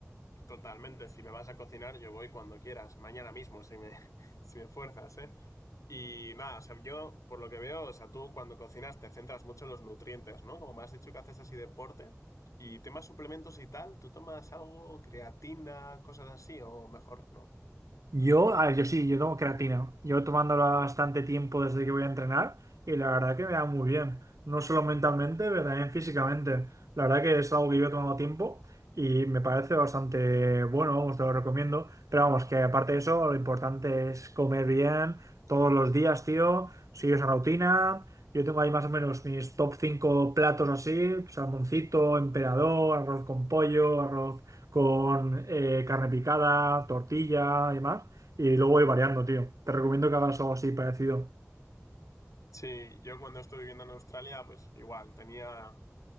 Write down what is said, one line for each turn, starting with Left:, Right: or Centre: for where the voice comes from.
Left: Totalmente, si me vas a cocinar yo voy cuando quieras, mañana mismo si me, <laughs> si me fuerzas, ¿eh? Y nada, o sea, yo por lo que veo, o sea, tú cuando cocinas te centras mucho en los nutrientes, ¿no? Como me has dicho que haces así deporte y temas suplementos y tal, ¿tú tomas algo, creatina, cosas así o mejor no?
Right: Yo, a ver, yo sí, yo tomo creatina. Llevo tomándola bastante tiempo desde que voy a entrenar y la verdad que me da muy bien. No solo mentalmente, pero también físicamente. La verdad que es algo que yo he tomado tiempo y me parece bastante bueno, vamos, te lo recomiendo. Pero vamos, que aparte de eso, lo importante es comer bien todos los días, tío. Sigue esa rutina. Yo tengo ahí más o menos mis top 5 platos así, salmoncito, emperador, arroz con pollo, arroz con eh, carne picada, tortilla y demás. Y luego voy variando, tío. Te recomiendo que hagas algo así parecido.
Left: Sí, yo cuando estuve viviendo en Australia, pues igual, tenía